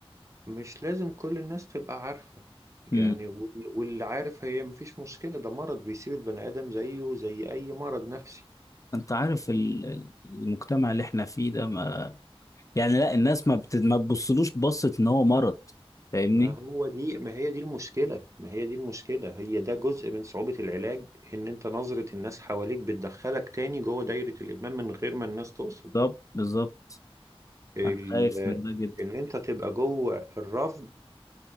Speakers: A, on the right; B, on the left.
A: مش لازم كل الناس تبقى عارفة يعني
B: مم.
A: وال- واللي عارف هي مفيش مشكلة ده مرض بيسيب البني آدم زيه زي أي مرض نفسي
B: انت عارف ال- ال- المجتمع اللي احنا فيه ده ما يعني لا الناس ما بت... ما بتبصلوش بصة ان هو مرض فاهمني
A: ما هو دي ما هي دي المشكلة ما هي دي المشكلة هي ده جزء من صعوبة العلاج إن أنت نظرة الناس حواليك بتدخلك تاني جوه دايرة الإدمان من غير ما الناس تقصد
B: بالظبط بالظبط
A: ال...
B: انا خايف من ده جدا
A: إن أنت تبقى جوه الرفض